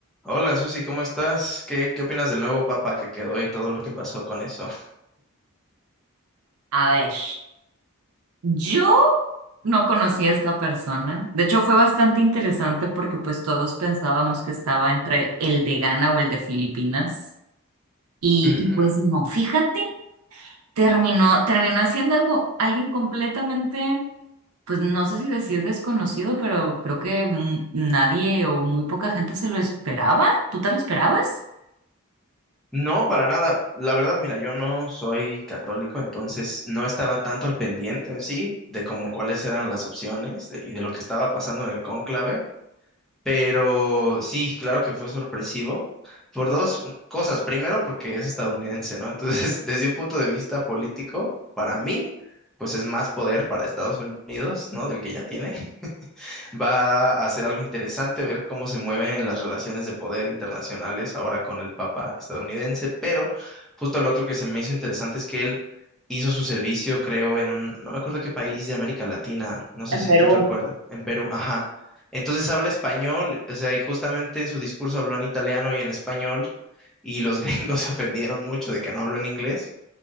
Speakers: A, in the centre; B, on the right.
A: Hola Susi, ¿cómo estás? ¿Qué, qué opinas del nuevo papa que quedó y todo lo que pasó con eso?
B: A ver, yo no conocí a esta persona. De hecho, fue bastante interesante porque pues todos pensábamos que estaba entre el de Ghana o el de Filipinas. Y,
A: Ujú.
B: y, pues no, fíjate, terminó, terminó haciendo algo, alguien completamente, pues no sé si decir desconocido, pero creo que mm, nadie o muy poca gente se lo esperaba. ¿Tú te lo esperabas?
A: No, para nada. La verdad, mira, yo no soy católico, entonces no estaba tanto al pendiente en sí de como cuáles eran las opciones de- y de lo que estaba pasando en el cónclave, pero sí, claro que fue sorpresivo por dos cosas. Primero, porque es estadounidense, ¿no? Entonces, <laughs> desde un punto de vista político, para mí, pues es más poder para Estados Unidos, ¿no? Del que ya tiene. Va a ser algo interesante ver cómo se mueven las relaciones de poder internacionales ahora con el Papa estadounidense, pero justo lo otro que se me hizo interesante es que él hizo su servicio, creo, en un, no me acuerdo qué país de América Latina, no sé
B: En
A: si
B: Perú.
A: tú te acuerdas, en Perú, ajá. Entonces habla español, o sea, y justamente en su discurso habló en italiano y en español, y los <laughs> gringos se ofendieron mucho de que no habló en inglés,